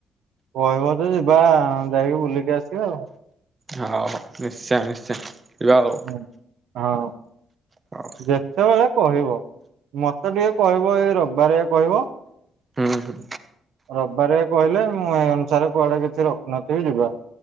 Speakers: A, on the right; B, on the right.
A: କହିବ ଯେ ଯିବା ଯାଇକି ବୁଲିକି ଆସିବା ଆଉ।
B: ହଉ ନିଶ୍ଚୟ ନିଶ୍ଚୟ ଯିବା ଆଉ।
A: ହଁ ଆଉ
B: ହଉ
A: ଯେତେବେଳେ କହିବ ମତେ ଟିକେ କହିବ। ପୁଅ ଏଇ ରବିବାରେ କହିବ।
B: ହୁଁ ହୁଁ।
A: ରବିବାରିଆ କହିଲେ ମୁଁ ଏଇ ଅନୁସାରେ କୁଆଡେ କିଛି ରଖିନଥିବି ଯିବା।